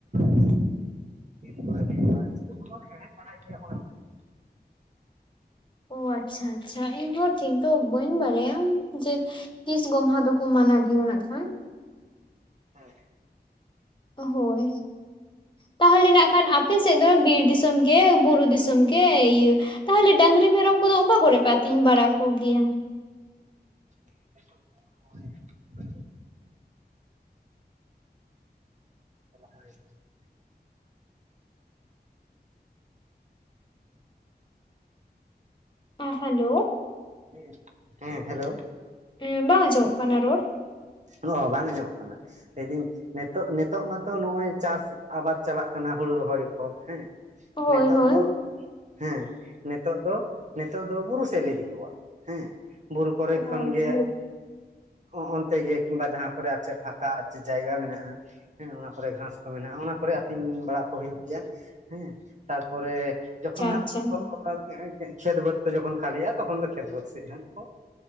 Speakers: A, on the right; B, on the left.
A: ᱫᱤᱱ ᱠᱚᱨᱮ ᱦᱩᱭᱩᱜᱼᱟ ᱡᱚᱠᱷᱚᱱ ᱵᱚᱱ ᱦᱮᱲᱦᱮᱫ ᱵᱟᱲᱟᱭ ᱜᱮᱭᱟ ᱚᱱᱮ ᱚᱱᱟ ᱦᱮᱸ
B: ᱚ ᱟᱪᱪᱷᱟ ᱟᱪᱪᱷᱟ ᱤᱧᱦᱚᱸ ᱴᱷᱤᱠ ᱫᱚ ᱵᱟᱹᱧ ᱵᱟᱲᱟᱭᱟ ᱡᱮ ᱛᱤᱥ ᱜᱚᱢᱦᱟ ᱫᱚᱠᱚ ᱢᱟᱱᱟ ᱜᱮᱭᱟ ᱱᱟᱜ ᱠᱷᱟᱱ?
A: ᱦᱮᱸ
B: ᱦᱳᱭ ᱛᱟᱦᱚᱞᱮ ᱱᱟᱜ ᱠᱷᱟᱱ ᱟᱯᱮ ᱥᱮᱫ ᱫᱚ ᱵᱤᱨ ᱫᱤᱥᱚᱢ ᱜᱮ ᱵᱩᱨᱩ ᱫᱤᱥᱚᱢ ᱜᱮ ᱤᱭᱟᱹ ᱛᱟᱦᱚᱞᱮ ᱰᱟᱝᱨᱤ ᱢᱮᱨᱚᱢ ᱠᱚᱫᱚ ᱚᱠᱟ ᱠᱚᱨᱮ ᱯᱮ ᱟᱹᱛᱤᱧ ᱵᱟᱲᱟ ᱠᱚᱜᱮᱭᱟ᱾
A: <unintelligible> <unintelligible>
B: ᱦᱮᱸ ᱦᱮᱞᱳ
A: ᱦᱮᱸ ᱦᱮᱸ ᱦᱮᱞᱳ
B: ᱦᱮᱸ ᱵᱟᱝ ᱟᱸᱡᱚᱢᱚᱜ ᱠᱟᱱᱟ ᱨᱚᱲ
A: ᱚ ᱦᱚ ᱵᱟᱝ ᱟᱸᱡᱚᱢᱚᱜ ᱠᱟᱱᱟ ᱞᱟᱹᱭᱫᱟᱹᱧ ᱱᱤᱛᱚᱜ ᱱᱤᱛᱚᱜ ᱢᱟᱛᱚ ᱱᱚᱜᱼᱚᱭ ᱪᱟᱥ ᱟᱵᱟᱫᱽ ᱪᱟᱞᱟᱜ ᱠᱟᱱᱟ ᱦᱩᱲᱩ ᱨᱚᱦᱚᱭ ᱠᱚ᱾ ᱦᱮᱸ
B: ᱦᱳᱭ
A: ᱱᱤᱛᱚᱜ
B: ᱦᱳᱭ
A: ᱫᱚ ᱦᱮᱸ ᱱᱤᱛᱚᱜ ᱫᱚ ᱱᱤᱛᱚᱜ ᱫᱚ ᱵᱩᱨᱩ ᱥᱮᱫ ᱤᱫᱮ ᱠᱚᱣᱟ ᱦᱮᱸ ᱵᱩᱨᱩ ᱠᱚᱨᱮ
B: ᱚ
A: ᱠᱷᱚᱱ
B: ᱟᱪᱪᱷᱟ
A: ᱜᱮ ᱚᱼᱚᱱᱛᱮ ᱜᱮ ᱠᱤᱢᱵᱟ ᱡᱟᱦᱟᱸ ᱠᱚᱨᱮ ᱟᱨ ᱪᱮᱫ ᱯᱷᱟᱠᱟ ᱟᱨ ᱪᱮᱫ ᱡᱟᱭᱜᱟ ᱢᱮᱱᱟᱜᱼᱟ᱾ ᱦᱮᱸ ᱚᱱᱟ ᱠᱚᱨᱮ ᱜᱷᱟᱥ ᱠᱚ ᱢᱮᱱᱟᱜᱼᱟ ᱚᱱᱟ ᱠᱚᱨᱮ ᱟᱹᱛᱤᱧ ᱵᱟᱲᱟ ᱠᱚ ᱦᱩᱭᱩᱜ ᱜᱮᱭᱟ᱾ ᱦᱮᱸ ᱛᱟᱨᱯᱚᱨᱮ ᱡᱚᱠᱷᱚᱱ ᱦᱟᱸᱜ
B: ᱟᱪᱪᱷᱟ ᱟᱪᱪᱷᱟ
A: <unintelligible> ᱠᱷᱮᱛ ᱵᱟᱹᱫᱽ ᱠᱚ ᱡᱚᱠᱷᱚᱱ ᱠᱷᱟᱹᱞᱤᱜᱼᱟ ᱛᱚᱠᱷᱚᱱ ᱫᱚ ᱠᱷᱮᱛ ᱵᱟᱹᱫᱽ ᱥᱮᱡ ᱦᱟᱸᱜ ᱠᱚ